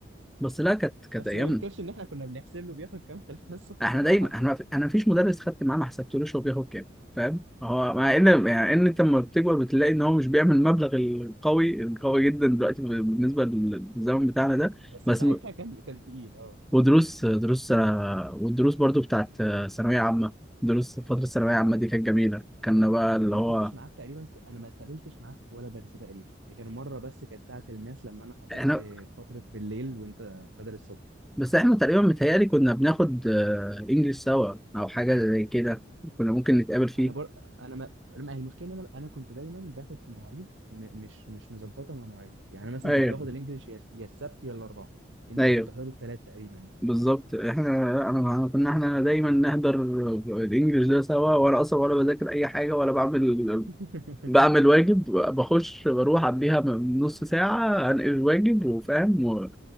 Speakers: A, in the centre; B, on the right.
A: بس لا كانت كانت
B: بس
A: ايام
B: ما ننكرش ان احنا كنا بنحسب له بياخد كام في الحصه <laughs> بصراحه
A: احنا دايما احنا انا مفيش مدرس خدت معاه ما حسبتلوش هو بياخد كام فاهم هو مع ان يعني ان انت لما بتكبر بتلاقي ان هو مش بيعمل المبلغ القوي القوي جدا دلوقتي بالنسبه للزمن بتاعنا ده
B: بس
A: بس
B: ساعتها
A: م-
B: كان كان تقيل اه
A: ودروس دروس والدروس برضو بتاعت ثانويه عامه دروس فتره الثانويه العامه
B: اه
A: دي كانت جميله كنا بقى اللي
B: انا ما
A: هو
B: كنتش معاك تقريبا ك- انا ما اتقابلتش معاك في ولا درس تقريبا غير مره بس كانت ساعه الماس لما انا حضرت
A: احنا
B: فتره بالليل وانت بدل الصبح
A: بس احنا تقريبا متهيألي كنا بناخد آه، انجليش سوا او حاجة زي كده كنا ممكن نتقابل فيه
B: انا بر... انا ما... ما هي المشكله إن انا انا كنت دايما باخد في مواعيد م... مش مش مظبطه مع مواعيدكم يعني أنا مثلا
A: ايوه
B: كنت باخد الانجليش يا يا السبت يا الاربعاء انتوا
A: ايوه
B: كنتوا بتحضروا الثلاث تقريبا
A: بالظبط احنا انا أنا- كنا احنا دايما نحضر الانجليش ده سوا وانا اصلا ولا بذاكر اي حاجة ولا بعمل
B: <laughs>
A: بعمل واجب بخش بروح قبليها بنص ساعة انقل الواجب وفاهم و-